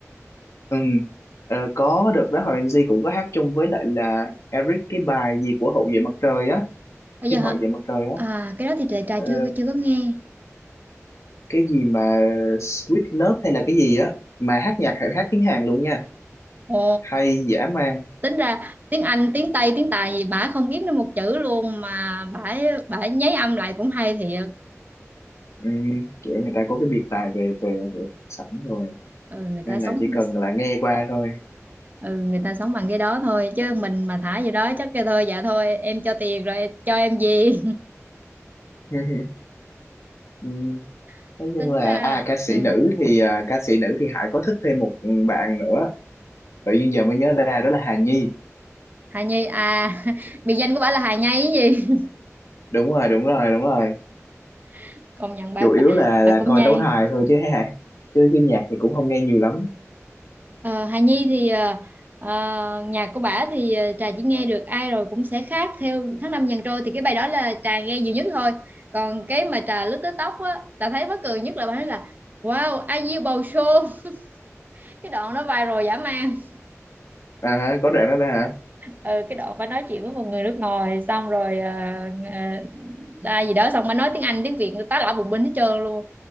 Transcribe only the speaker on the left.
ừm, ờ, có được đó Hòa Minh Di cũng có hát chung với lại là Eric cái bài gì của Hậu vệ mặt trời á
phim
Hậu vệ mặt trời
á
cái gì mà Sweet Love hay là cái gì á mà hát nhạc phải hát tiếng Hàn luôn nha
hay dã man
ừ, kiểu người ta có cái biệt tài về về, về sẵn rồi
nên
là
chỉ cần là nghe qua thôi
<laughs> ừ.
Nói chung
là
à ca sĩ
nữ thì à, ca sĩ nữ thì Hải có thích thêm một bạn nữa tự nhiên giờ mới nhớ ra đó là Hà Nhi
đúng rồi đúng rồi đúng rồi
chủ yếu
là
là
coi
tấu hài thôi chứ hả chứ chứ nhạc thì cũng không nghe nhiều lắm
à hả có đoạn đó đó